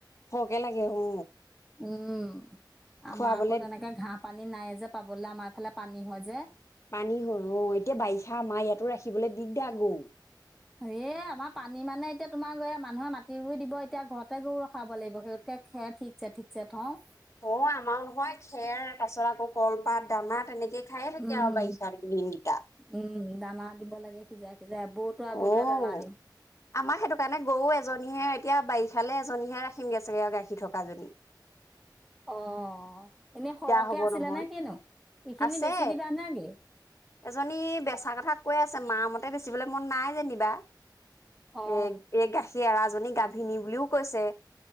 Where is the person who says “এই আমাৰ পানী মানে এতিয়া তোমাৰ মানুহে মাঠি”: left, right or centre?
Centre